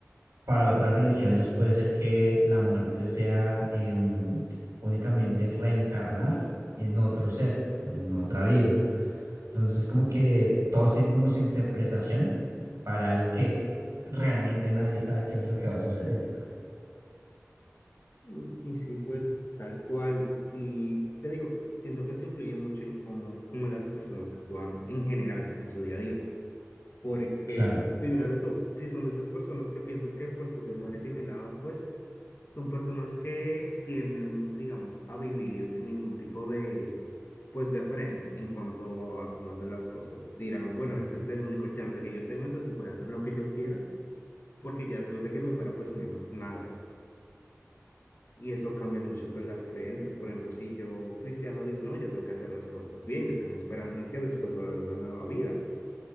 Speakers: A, on the right; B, on the left.
A: Para otras religiones puede ser que la muerte sea em, únicamente reencarnar en otro ser o en otra vida. Entonces, como que todos tienen como su interpretación para algo que realmente nadie sabe qué es lo que va a suceder.
B: Y, y sí, pues tal cual. Y te digo, siento que eso influye mucho en cómo, cómo las personas actúan en general en su día a día. Porque,
A: Claro,
B: figúrate tú, si son de esas personas que piensas que pues tú te mueres y no hay nada, pues son personas que tienden, digamos, a vivir sin ningún tipo de, pues de frenos en cuanto a cómo hacer las cosas. Dirán, bueno, este es el único chance que yo tengo, entonces voy a hacer lo que yo quiera, porque ya después de que me muera, pues no hay más nada. Y eso cambia mucho con las creencias. Por ejemplo, si yo, cristiano, digo, no, yo tengo que hacer las cosas bien, yo tengo esperanza en que después va a haber una nueva vida.